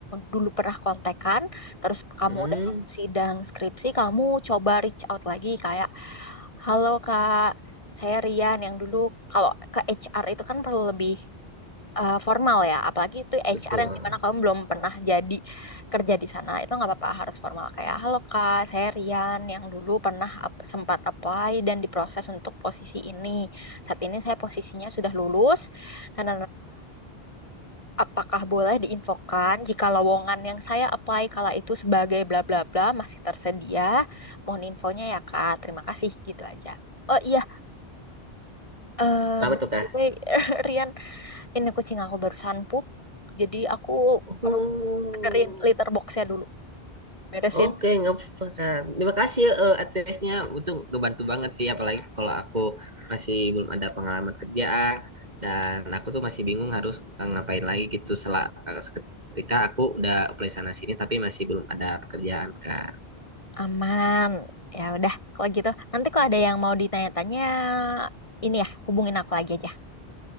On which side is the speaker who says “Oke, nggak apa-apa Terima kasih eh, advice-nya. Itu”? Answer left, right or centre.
Right